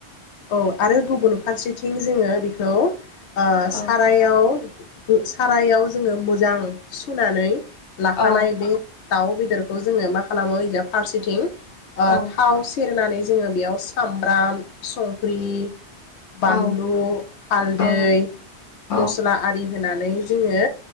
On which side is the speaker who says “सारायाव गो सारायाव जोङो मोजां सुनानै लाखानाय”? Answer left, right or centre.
Left